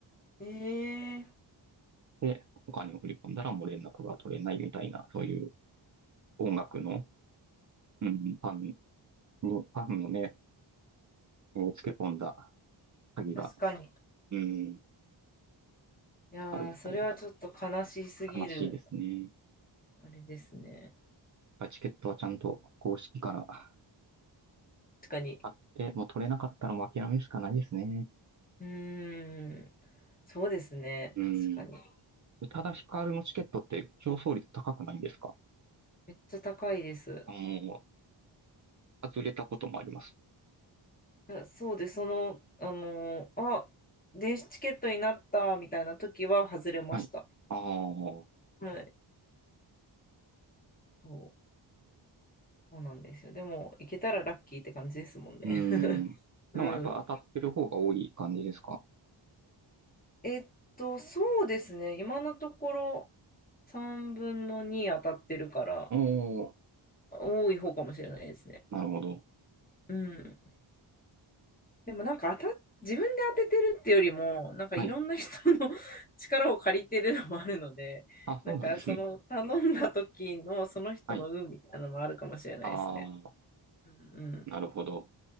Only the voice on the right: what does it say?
で、お金を振り込んだらもう連絡が取れないみたいな、そういう音楽の、うん、ファンに、ファンのね、をつけ込んだ詐欺が、
うん、
あるみたいです。
悲しいですね。
チケットはちゃんと公式から
買って、もう取れなかったらもう諦めるしかないですね。
うん。
宇多田ヒカルのチケットって競争率高くないんですか
あの、外れたこともあります。
はい。ああ、う
ー
ん。
でもやっぱ当たってる方が多い感じですか
おおー、
なるほど。
はい。
あ、
そうなんですね。はい。ああ、
なるほど。